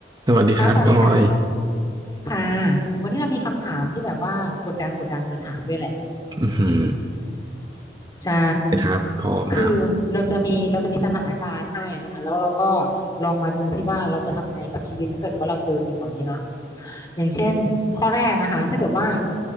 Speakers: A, on the right (about 25°); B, on the left (about 20°).
A: สวัสดีครับออย
B: ค่ะสวัสดีค่ะพงษ์ค่ะวันนี้เรามีคำถามที่แบบว่ากดดันกดดันมาถามด้วยแหละ
A: อือหือ
B: ใช่
A: ครับพร้อมครับ
B: คือเราจะมีเราจะมีสถานการณ์ให้อะนะคะแล้วเราก็ลองมาดูซิว่าเราจะทำยังไงกับชีวิตถ้าเกิดว่าเราเจอสิ่งเหล่านี้เนาะอย่างเช่นข้อแรกนะคะถ้าเกิดว่า